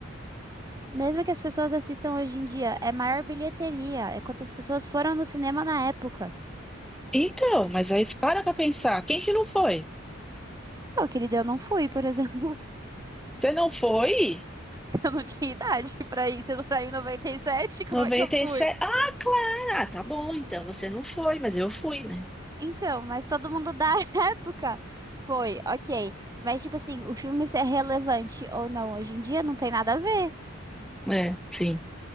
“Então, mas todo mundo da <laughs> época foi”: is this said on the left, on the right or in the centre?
Right